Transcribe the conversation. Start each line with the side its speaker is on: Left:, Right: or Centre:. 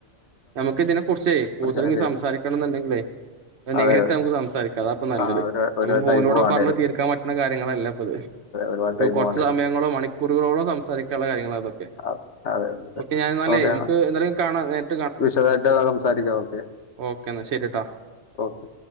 Right: നമുക്ക് ഇതിനെ കുർച്ചെ കൂട്തല്
Left: പുരുഷനൊക്കെ
Right: ഇഞ് സംസാരിക്കണം ഇന്നുണ്ടെങ്കിലേ നേരിട്ട്
Left: അതെ
Right: നമുക്ക് സംസാരിക്കാം അതാപ്പ നല്ലത്
Left: ആ ഒരു
Right: നമു
Left: ഒരുപാട്
Right: ഫോലൂടെ
Left: ടൈം വേണ്ടി
Right: പറഞ്
Left: വരും
Right: തീർക്കാൻ പറ്റുന്ന കാര്യങ്ങളെല്ല അതെ
Left: ഒരുപാട് ടൈം
Right: കുറച്ച്
Left: വേണ്ടി വരും
Right: സമയങ്ങളോ മണിക്കൂ കുറികോളം സംസാരിക്കാനുള്ള കാര്യങ്ങളാണ് അതൊക്കെ
Left: അ- അതെ
Right: ഓക്കെ ഞാൻ എന്നല്ലേ
Left: ഓക്കെ
Right: നമുക്ക് എന്തായാലും കാണ
Left: വിശദമായിട്ട് സംസാരിക്ക ഓക്കെ
Right: ഓക്കെ എന്നാ ശരിട്ടാ
Left: ഓക്കെ